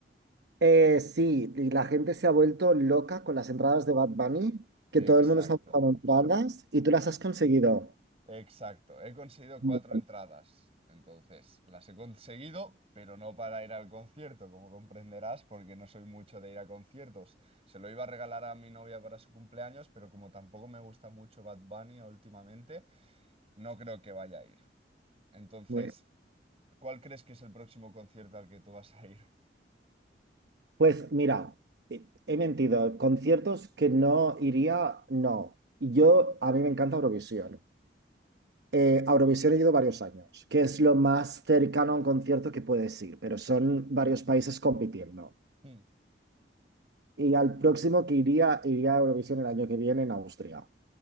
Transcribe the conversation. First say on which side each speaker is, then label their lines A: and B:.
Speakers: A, on the right; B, on the right.
A: Eh, sí, y la gente se ha vuelto loca con las entradas de Bad Bunny, que
B: Exacto.
A: todo el mundo está buscando entradas y tú las has conseguido.
B: Exacto, he conseguido
A: Muy
B: cuatro entradas. Entonces, las he conseguido, pero no para ir al concierto, como comprenderás, porque no soy mucho de ir a conciertos. Se lo iba a regalar a mi novia para su cumpleaños, pero como tampoco me gusta mucho Bad Bunny últimamente, no creo que vaya a ir. Entonces,
A: bien.
B: ¿cuál crees que es el próximo concierto al que tú vas a ir?
A: Pues mira, he he mentido. Conciertos que no iría, no. Yo, a mí me encanta Eurovisión. Eh, a Eurovisión he ido varios años, que es lo más cercano a un concierto que puedes ir, pero son varios países compitiendo.
B: Hmm,
A: Y al próximo que iría, iría a Eurovisión el año que viene en Austria.